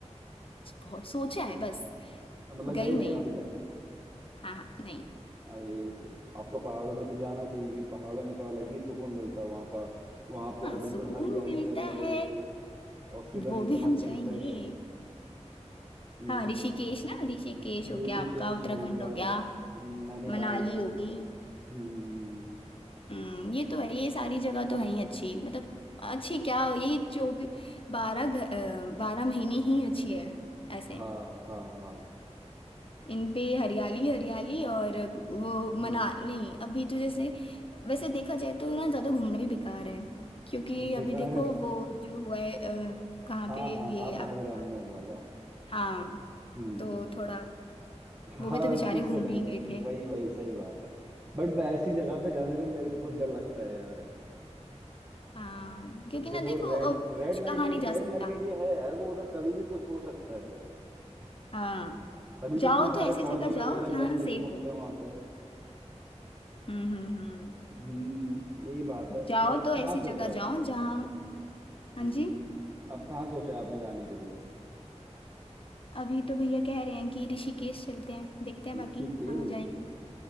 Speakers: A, on the left; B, on the right.
A: बहुत सोचा है बस
B: मतलब गए
A: गई नहीं
B: नहीं हो अभी
A: हूँ
B: तक
A: हाँ हाँ नहीं
B: अरे तो आपको पहाड़ों में तो जाना चाहिए कि पहाड़ों में तो अलग ही सुकून मिलता है वहाँ पर वहाँ पर
A: हाँ
B: बिल्कुल
A: सुकून
B: हरियाली
A: मिलता
B: ही हरियाली
A: है
B: होती है ऑक्सीजन
A: वो
B: एकदम
A: भी हम
B: अच्छी
A: जाएंगे
B: फ्रेश हम्म
A: हाँ ऋषिकेश ना ऋषिकेश हो
B: ऋषिकेश
A: गया आपका उत्तराखंड
B: हो गया
A: हो गया
B: हम्म, नैनीताल
A: मनाली हो गई
B: हम्म
A: हम्म ये तो है ये सारी जगह तो है ही अच्छी मतलब अच्छी क्या ये जो भी बारह घ- अ, बारह महीने ही अच्छी है ऐसे
B: हाँ हाँ हाँ हाँ,
A: इन पे हरियाली हरियाली और वो
B: हम्म
A: मना नहीं अभी तो जैसे वैसे देखा जाए तो ना ज्यादा घूमना भी बेकार है क्योंकि अभी
B: बेकार
A: देखो
B: है
A: वो जो हुआ है अ, कहाँ
B: हाँ
A: पे
B: हाँ
A: ये
B: हाँ
A: आपका
B: पहलगाम में हुआ था
A: हाँ
B: हम्म
A: तो थोड़ा वो
B: हाँ
A: भी तो बेचारे
B: उस चीज
A: घूमने
B: से डर
A: ही
B: तो
A: गए थे
B: वही वही सही बात है बट ऐसी जगह पे जाने पे मेरे को खुद डर लगता है यार
A: हाँ क्योंकि
B: जब
A: ना देखो
B: वो रेड
A: अ, कुछ
B: रेड लाइट
A: कहाँ नहीं जा
B: रेड
A: सकता
B: लाइट एरिया है यार वो उधर कभी भी कुछ हो सकता है
A: हाँ
B: तभी
A: जाओ
B: तो इतने सारे
A: तो ऐसी
B: फौजी
A: जगह
B: वगैरह
A: जाओ जहाँ
B: गन लेके
A: सेफ
B: घूमते
A: हो
B: हैं वहां पे
A: हम्म हम्म हम्म
B: हम्म यही बात है
A: जाओ
B: तो अब
A: तो ऐसी
B: कहाँ सोचा
A: जगह
B: है आपने
A: जाओ जहाँ
B: हम्म
A: हाँ जी
B: अब कहाँ सोचा है आपने जाने के लिए
A: अभी तो भैया कह रहे हैं कि ऋषिकेश चलते हैं देखते हैं बाकी
B: ऋषिकेश
A: कहाँ जाएंगे